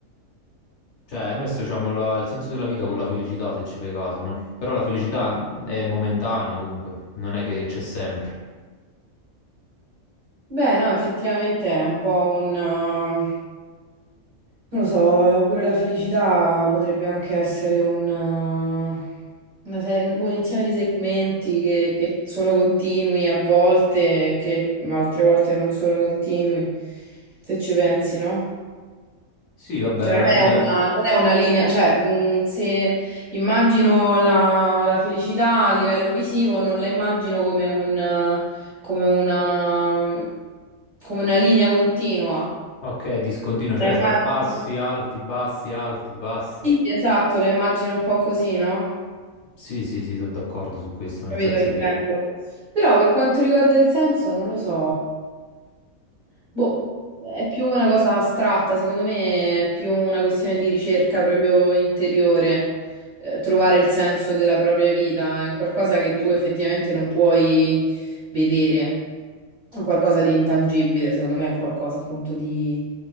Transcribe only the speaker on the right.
Beh, no, effettivamente è un po' un... eh, Non lo so, pure la felicità potrebbe anche essere un, eh, una serie- un buon insieme di segmenti che, che sono continui a volte, che altre volte non sono continui, se ci pensi, no?
Cioè,
non è
una, non è una linea, cioè, mh, se immagino la, la felicità a livello visivo, non la immagino come un, come una, come una linea continua.
La immagino,
sì, esatto, la immagino un po' così, no?
Capito,
che intendo.
Però per quanto riguarda il senso, non lo so. Boh, è più una cosa astratta, secondo me è più una questione di ricerca proprio interiore, eh, trovare il senso della propria vita, è qualcosa che tu effettivamente non puoi vedere, è qualcosa di intangibile, secondo me è qualcosa appunto di...